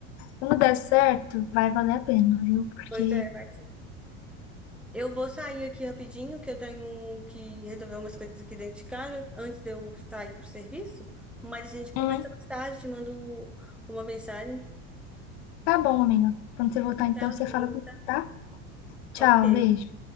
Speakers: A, on the left (about 85°); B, in the centre.
A: quando der certo, vai valer a pena, viu? Porque
B: Pois é, vai Eu vou sair aqui rapidinho, que eu tenho que resolver umas coisas aqui dentro de casa antes de eu sair pro serviço. Mas a gente conversa
A: é. Uhum.
B: mais tarde, te mando uma mensagem.
A: Tá bom, amiga. Quando você voltar, então,
B: Tchauzinho.
A: você fala comigo, tá? Tchau,
B: Ok.
A: beijo.